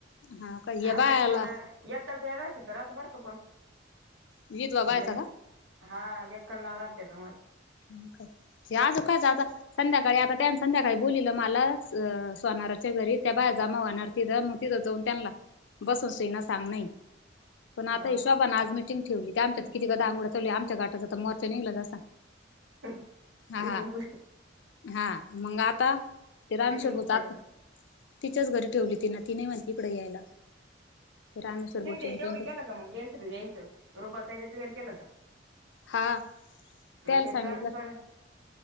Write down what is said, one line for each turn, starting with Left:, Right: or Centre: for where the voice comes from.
Left: हा का या
Right: आपल्याच
Left: बायाला
Right: मना याताच याशी तर आत वरच पण
Left: विधवा बायचा
Right: म्हणजे. हा एकल नाव राहत त्यांच्यामध्ये
Left: मग काय ते आजूक काय जाता. संध्याकाळी आता त्याने संध्याकाळी बोललीलं मला अ सोनारच्या घरी त्या बाया जामा वहणार. तिथं मग तिथं जाऊन त्यांना बसून सईना सांग नही. पण
Right: हा
Left: आता हे शोभा ने आज मिटिंग ठेवली त्या आमच्यात किती गदा आनगोडा चालू ये आमच्या गटाचा आ मोर्चा निघला जसा
Right: <inaudible>
Left: हा
Right: नितीन
Left: हा
Right: कृष्ण
Left: हा मंग आता ते रामशर
Right: नितीन कृष्णला
Left: बुच आता तिच्याच घरी ठेवली तिना ती नाही म्हणती इकडे यायला. ते रामेश्वर
Right: जिमी
Left: भाऊचे
Right: तेवढं
Left: त्यांच्या
Right: केलं का मग गॅस यायचं रुपाली ताईच क्लिअर केलं का
Left: हा
Right: न
Left: त्याला
Right: ते
Left: सांगितलं
Right: ट्रानसफर